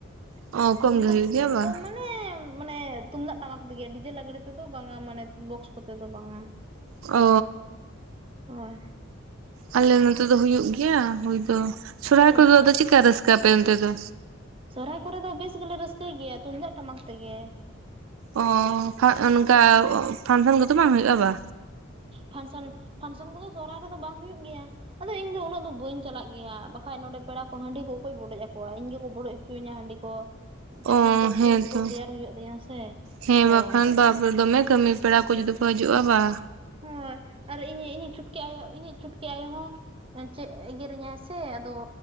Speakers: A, on the right; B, on the right.
A: ᱚ ᱠᱚᱢ
B: ᱚᱱᱠᱟ
A: ᱜᱮ ᱦᱩᱭᱩᱜ ᱜᱮᱭᱟ ᱵᱟᱝ
B: ᱠᱚᱢ ᱢᱟᱱᱮ ᱢᱟᱱᱮ ᱛᱩᱢᱫᱟᱜ ᱴᱟᱢᱟᱠ ᱛᱮᱜᱮ ᱰᱤᱡᱮ ᱞᱟᱜᱽᱬᱮ ᱛᱮᱫᱚ ᱵᱟᱝᱟ ᱢᱟᱱᱮ ᱵᱚᱠᱥ ᱠᱚᱛᱮ ᱫᱚ ᱵᱟᱝᱟ
A: ᱚ
B: ᱦᱳᱭ
A: ᱟᱞᱮ ᱱᱚᱛᱮ ᱫᱚ ᱦᱩᱭᱩᱜ ᱜᱮᱭᱟ ᱦᱚᱭ ᱫᱚ ᱥᱚᱨᱦᱟᱭ
B: ᱟᱪᱪᱷᱟ
A: ᱠᱚᱫᱚ ᱟᱫᱚ ᱪᱮᱫᱠᱟ ᱨᱟᱹᱥᱠᱟᱹ ᱟᱯᱮ ᱚᱱᱚᱛᱮ ᱫᱚ
B: ᱥᱚᱨᱦᱟᱭ ᱠᱚᱨᱮ ᱫᱚ ᱵᱮᱥ ᱜᱮᱞᱮ ᱨᱟᱹᱥᱠᱟᱹᱭ ᱜᱮᱭᱟ ᱛᱩᱢᱫᱟᱜ ᱴᱟᱢᱟᱠ ᱛᱮᱜᱮ᱾
A: ᱚᱻ ᱚᱱᱠᱟ ᱯᱷᱟᱱᱥᱮᱱ ᱠᱚᱫᱚ ᱵᱟᱝ ᱦᱩᱭᱩᱜᱼᱟ ᱵᱟ
B: ᱯᱷᱟᱱᱥᱟᱱ ᱯᱷᱟᱱᱥᱟᱱ ᱠᱚᱫᱚ ᱥᱚᱦᱨᱟᱭ ᱨᱮᱫᱚ ᱵᱟᱝ ᱦᱩᱭᱩᱜ ᱜᱮᱭᱟ ᱟᱫᱚ ᱤᱧ ᱫᱚ ᱩᱱᱟᱹᱜ ᱫᱚ ᱵᱟᱹᱧ ᱪᱟᱞᱟᱜ ᱜᱮᱭᱟ ᱵᱟᱠᱷᱟᱡ ᱱᱚᱸᱰᱮ ᱯᱮᱲᱟ ᱠᱚ ᱦᱟᱺᱰᱤ ᱠᱚ ᱚᱠᱚᱭ ᱵᱚᱰᱚᱡ ᱟᱠᱚᱣᱟ ᱤᱧ ᱜᱮᱠᱚ ᱵᱚᱰᱚᱡ ᱦᱚᱪᱚᱧᱟ ᱦᱟᱺᱰᱤ ᱠᱚ᱾ ᱪᱟᱠᱷᱱᱟ
A: ᱚ
B: ᱠᱚ ᱩᱛᱩ
A: ᱦᱮᱸ
B: ᱠᱚ
A: ᱛᱚ
B: ᱛᱮᱭᱟᱨ ᱦᱩᱭᱩᱜ ᱛᱤᱧᱟᱹ ᱥᱮ
A: ᱦᱮᱸ
B: ᱦᱳᱭ
A: ᱵᱟᱠᱷᱟᱱ ᱫᱚ ᱵᱟᱯᱨᱮ ᱫᱚᱢᱮ ᱠᱟᱹᱢᱤ ᱯᱮᱲᱟ ᱠᱚ ᱡᱩᱫᱤ ᱠᱚ ᱦᱤᱡᱩᱜᱼᱟ ᱵᱟ,
B: ᱦᱳᱭ ᱟᱨ ᱤᱧ ᱤᱧᱤᱡ ᱪᱷᱩᱴᱠᱤ ᱟᱭᱳ ᱤᱧᱤᱡ ᱪᱷᱩᱴᱠᱤ ᱟᱭᱳ ᱦᱚᱸ ᱪᱮᱫ ᱮᱜᱮᱨᱤᱧᱟᱭ ᱥᱮ ᱟᱫᱚ